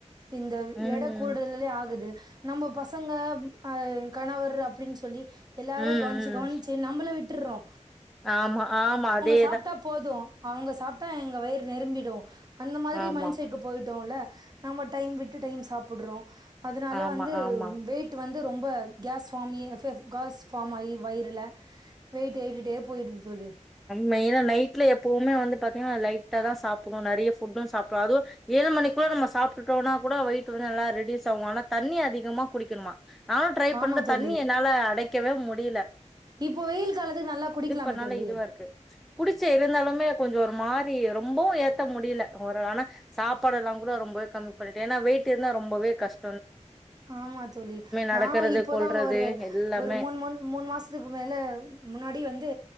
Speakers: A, on the right; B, in the centre.
A: இந்த
B: ம்
A: எட கூடுல்லலே ஆகுது நம்ம பசங்க அ கணவர் அப்டின் சொல்லி எல்லாரயு
B: ம்
A: கவ்ன்ச்சி
B: ம்
A: கவ்ன்ச்சி நம்மள விட் டிடுறோ
B: ஆமா ஆமா அதே
A: சாப்ட்டா போது அவுங்க சாப்ட்டா எங்க வயிறு நெரம்பிடூ அந்த மாரி
B: ஆமா
A: மைண் செட்க்கு போய்டோல்ல நம்ம டைம் விட்டு டைம் சாப்புடுறோ அதனால
B: ஆமா
A: வந்து
B: ஆமா
A: வெய்ட்டு வந்து ரொம்ப கேஸ் ஃபாமி எ ஃப் ஃப் காஸ் ஃபாம் ஆயி வயிறுல வெய்ட்டு ஏறிட்டே போய்டுது தோழி
B: மெய்னா நைட்ல எப்போமே வந்து பாத்தீங்னா லைட்டா தா சாப்புவோ நெறைய ஃபுட்டூ சாப்ல அதுவு ஏழு மணிக்குள்ள நம்ம சாப் ட்டுட்டோனா கூட வெய்ட்டு வந்து நல்லா ரெடியூஸ் ஆகு ஆனா தண்ணி அதிகமா குடிக்கணுமா நானு ட்ரை
A: ஆமா
B: பண்றே
A: தோழி
B: தண்ணி என்னால அடைக் க்கவே முடில
A: இப்போ வெயில் காலத்துக் நல்லா குடிக்கிலாமே
B: பண்ணாலே
A: தோழி
B: இதுவா இருக்கு குடிச்சே இருந்தாலுமே கொஞ்சோ ஒரு மாரி ரொம்பவு ஏத்த முடில ஒரு ஆனா சாப்பாடெல்லா கூட ரொம்பவே கம்மி பண்ணிட்டே ஏன்னா வெயிட் இருந்தா ரொம்பவே கஷ்
A: ஆமா தோழி
B: நடக்கறது
A: நானு இப்போ
B: கொல்றது
A: தா ஒரு
B: எல்லாமே
A: ஒரு மூண் மூண் மூணு மாசத்துக்கு மேல முன்னாடி வந்து